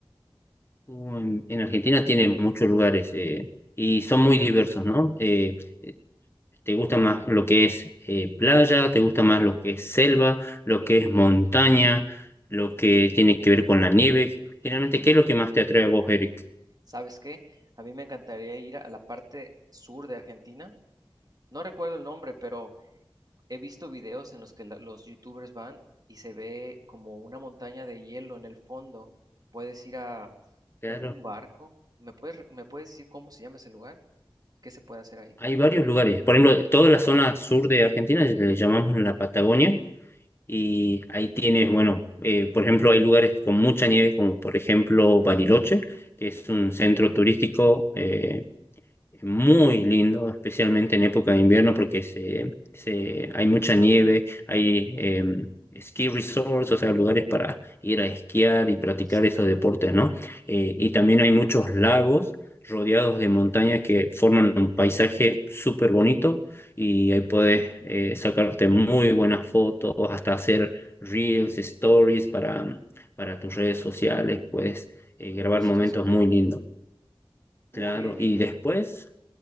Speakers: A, on the left (about 25°); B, on the right (about 45°).
A: Uh, En, en Argentina tiene muchos lugares eh, y son muy diversos, ¿no? Eh, ¿Te gusta más lo que es eh, playa? ¿Te gusta más lo que es selva? ¿Lo que es montaña? ¿Lo que tiene que ver con la nieve? Generalmente, ¿qué es lo que más te atrae a vos, Eric?
B: ¿Sabes qué? A mí me encantaría ir a la parte sur de Argentina. No recuerdo el nombre, pero he visto videos en los que la- los youtubers van y se ve como una montaña de hielo en el fondo. Puedes ir a
A: Claro,
B: en un barco. ¿Me puedes, re- me puedes decir cómo se llama ese lugar? ¿Qué se puede hacer ahí?
A: hay varios lugares. Por ejemplo, toda la zona sur de Argentina le llamamos la Patagonia y ahí tienes, bueno, eh, por ejemplo, hay lugares con mucha nieve, como por ejemplo Bariloche, que es un centro turístico. eh, muy lindo, especialmente en época de invierno porque se, se- hay mucha nieve, hay eh, ski resorts, o sea, lugares para ir a esquiar y practicar
B: Sí,
A: esos deportes, ¿no? Eh, y también hay muchos lagos rodeados de montañas que forman un paisaje súper bonito y ahí puedes eh, sacarte muy buenas fotos, hasta hacer reels, stories para, para tus redes sociales, puedes eh, grabar
B: justo
A: momentos
B: eso quiero.
A: muy lindos.
B: Muy
A: Claro,
B: bien, Víctor.
A: y después